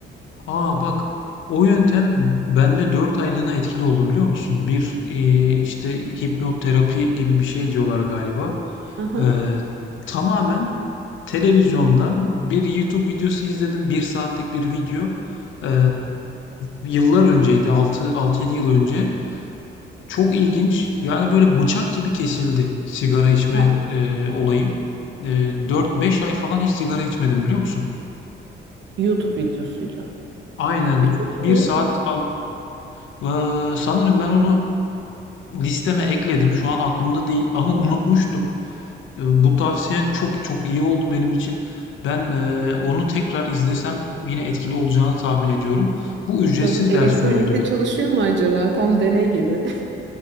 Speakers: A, on the left (about 75°); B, on the right (about 65°).
A: Aa bak. O yöntem bende 4 aylığına etkili oldu biliyor musun? Bir e, işte hipnoterapi gibi bir şey diyorlar galiba.
B: aha
A: Eee, tamamen televizyondan bir YouTube videosu izledim. Bir saatlik bir video. Eee, yıllar önceydi. altı 6 yedi yıl önce. Çok ilginç. Yani böyle bıçak gibi kesildi sigara içme
B: Aa.
A: eee, olayım. Eee 4-5 ay falan hiç sigara içmedim biliyor musun?
B: YouTube videosuyla
A: Aynen.
B: e çok
A: Bir
B: iyi
A: saat al. Eee, sanırım ben onu listeme ekledim. Şu an aklımda değil ama unutmuştum. E, Bu tavsiyen çok çok iyi oldu benim için. Ben e, onu tekrar izlesem yine etkili olacağını tahmin ediyorum. Bu
B: Bakalım
A: ücretsiz
B: elektronikte
A: versiyonuydu bir
B: çalışıyor
A: de.
B: mu acaba? Tam deney gibi.